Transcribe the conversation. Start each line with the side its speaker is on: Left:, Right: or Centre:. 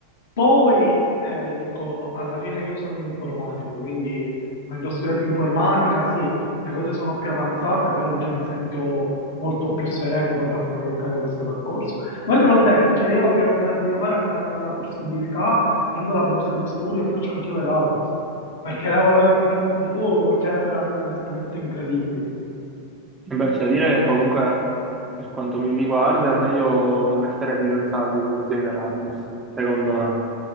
Left: poi eh, dico, alla fine io sono un informatico, quindi quando ho studiato informatica, sì, le cose sono più avanzate, però già mi sento molto più sereno per affrontare questo percorso. Ma io te l'ho detto, cioè io la prima cosa che voglio fare appena ne ho la possibilità, prendo la borsa di studio e faccio anche l'Erasmus, perché da quello che mi racconti tu, c'è veramente un'esperienza incredibile.
Right: Beh, c'è da dire che comunque, per quanto mi riguarda, è meglio non essere fidanzati quando si è in Erasmus, secondo me.